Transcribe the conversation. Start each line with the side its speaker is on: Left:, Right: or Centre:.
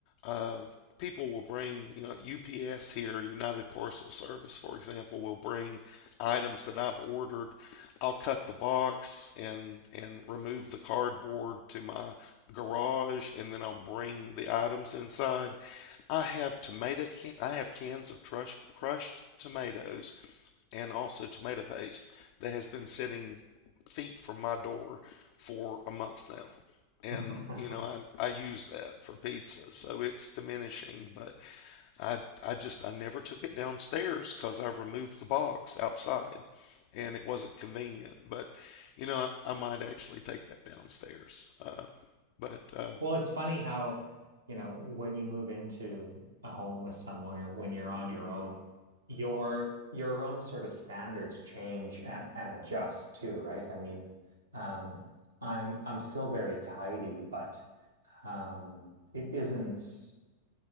Left: uh, people will bring, you know, UPS here, United Parcel Service, for example, will bring items that I've ordered. I'll cut the box and and remove the cardboard to my garage, and then I'll bring the items inside. I have tomato can I have cans of trush, crushed tomatoes and also tomato paste that has been sitting feet from my door for a month now and
Right: <laughs>
Left: you know I, I use that for pizza so it's diminishing but I I just I never took it downstairs because I removed the box outside, and it wasn't convenient. But you know, I, I might actually take that downstairs. Uh, but uh,
Right: Well, it's funny how, you know, when you move into a home with someone or when you're on your own, your your own sort of standards change and, and adjust too, right? I mean, um, I'm I'm still very tidy, but um, it isn't,